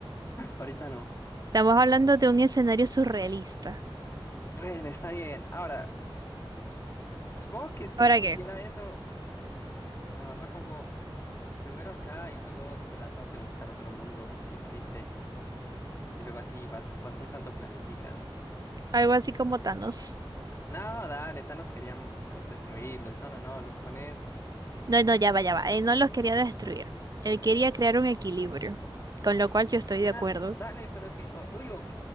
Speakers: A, on the left; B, on the right.
A: ahorita no.
B: estamos hablando de un escenario surrealista.
A: Bueno, está bien. Ahora, supongo que si
B: ¿Ahora
A: hiciera
B: qué?
A: eso, mejor me pongo primero acá y luego tratas de buscar otro mundo, si existe. Y luego así vas, vas juntando planeticas.
B: Algo así como Thanos.
A: No, dale, Thanos quería mm, co- destruirlos. No, no, no, los pones
B: No, no, ya va, ya va. Él no los quería destruir. Él quería crear un equilibrio, con lo cual yo estoy
A: Nah,
B: de acuerdo.
A: dale, pero es que, o- uy, ok.